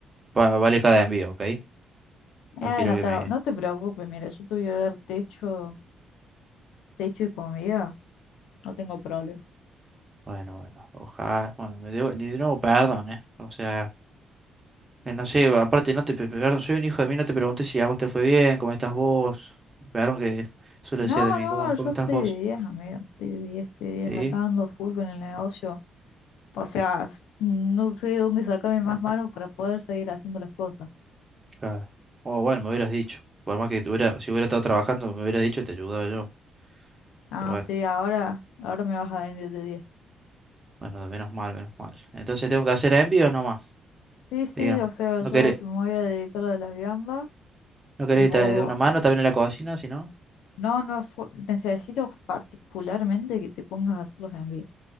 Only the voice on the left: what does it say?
Eh,
no
te,
no te preocupes, mira, yo te voy a dar techo, techo y comida, no tengo problema.
No,
no,
yo
estoy
de 10, amigo, estoy de diez, estoy de diez
acá ando full con el negocio. O sea, s- no sé dónde sacarme más manos para poder seguir haciendo las cosas.
Ah,
sí, ahora, ahora me vas a venir de 10.
Sí, sí,
o sea,
yo
te- me voy a dedicar a las viandas
y vos...
No, no, so- necesito particularmente que te pongas a hacer los envíos,